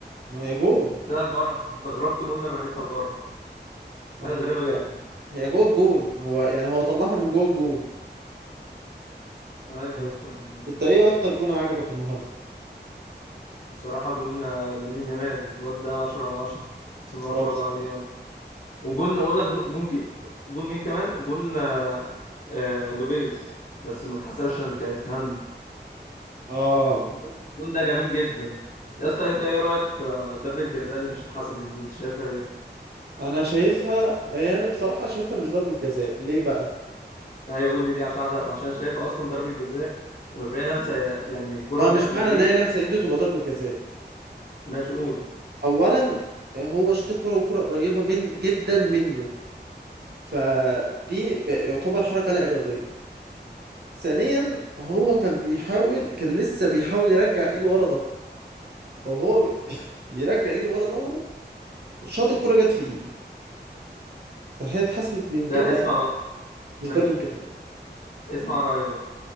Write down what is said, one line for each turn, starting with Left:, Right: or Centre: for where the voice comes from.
Right: ما هي جون
Left: طلعت بره استغربت من لما لقيتها بره
Right: يعني
Left: حاجة غريبة
Right: لا،
Left: جدا
Right: هي جوه الجون هو يعني هو طلعها من جوه الجون
Left: ايوه
Right: يعني
Left: يا اسطى يعني
Right: انت ايه اكتر جون عجبك النهارده
Left: بصراحة جون لامين يامال الواد ده 10 على 10 بسم الله
Right: اه
Left: ما شاء
Right: بصراحة
Left: الله عليه يعني. وجون ولا جون كي- جون مين كمان جون آه آه لوبيز بس ما اتحسبش ان كانت هاند
Right: اه
Left: الجون ده جميل جدا يا اسطى انت ايه رايك في ضربه الجزاء اللي مش اتحسبت دي انت شايفها ايه
Right: انا شايفها هي انا بصراحة شايفها مش ضربة جزاء ليه بقى
Left: ايوه قول لي ليه عشان عايز اعرف عشان انا شايفها اصلا ضربه جزاء وهي لمسه يعني كره
Right: اه
Left: جت
Right: مش
Left: في
Right: معنى
Left: ايديه
Right: ان هي لمسة ايده تبقى ضربة جزاء
Left: ماشي قول
Right: اولا هو شاط الكرة والكرة قريبة من جدا منه فدي ب- يعتبر حركة لا إرادية ثانيا هو كان بيحاول كان لسه بيحاول يرجع ايده ورا ظهره فهو بي... بيرجع ايده ورا ظهره شاط الكرة جت في ايده فهي اتحسبت من كده
Left: لا اسمع بقى
Right: مش
Left: ماشي
Right: ضربة جزاء
Left: اسمع رايي بقى